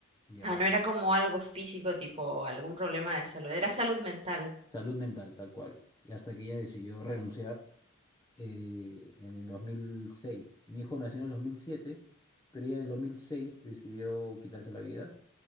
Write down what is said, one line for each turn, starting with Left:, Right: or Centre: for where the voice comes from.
Left: ya.
Right: Ah, no era como algo físico, tipo algún problema de salud, era salud mental.
Left: Salud mental, tal cual. Y hasta que ella decidió renunciar eh, en el dos mil seis Mi hijo nació en el dos mil siete pero ella en el 2006 decidió quitarse la vida.